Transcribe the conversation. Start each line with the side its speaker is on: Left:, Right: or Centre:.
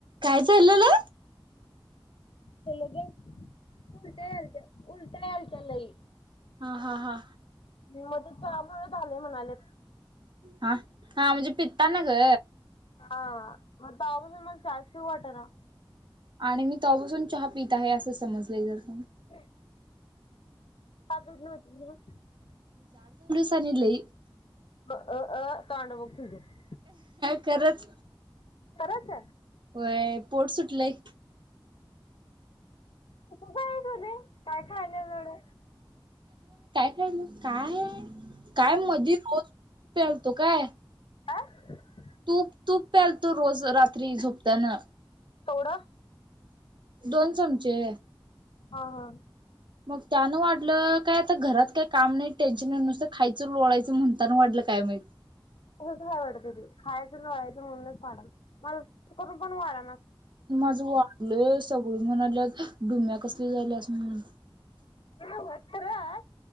Right: काय झालंला,
Left: तेलग उल्टते उल्टात तई
Right: हा हा
Left: म मग ते चहामुळे झाले. म्हणाले
Right: हा हा म्हणजे पित्ता ना ग
Left: हा, मग तवापासून मला चहाच पिऊ वाटना.
Right: आणि मी तवापासून चहा पीता आहे असं समजले जस
Left: ह <unintelligible> अब न होती <unintelligible>
Right: तनले <unintelligible>
Left: अ तांडवक्तीझ <unintelligible>
Right: खरंच
Left: खरंच
Right: होय पोट सुटलंय
Left: उप बय झालंय काय खायला जोड
Right: हॅलो काय आहे. काय मध रोज्या <unintelligible> हो काय
Left: ह
Right: तूप तूप प्यालतो रोज रात्री झोपता्न
Left: तेवढं
Right: दोन चमचे
Left: हा हा
Right: मग त्यानं वाटलं काय आता घरात काय काम नाही टेन्शन नाही नुसतं खायचं लोळायचं म्हणताना वाटलं काय माहिित.
Left: उगच नाही वाढत ते खायचं लोळायचं म्हणूनच वाढायलय <unintelligible> पण वाढ
Right: माझं वाढलंय सगळ म्हणल डुम्या कसल झाल्यास म्हणून
Left: ते नव्हं खरचं.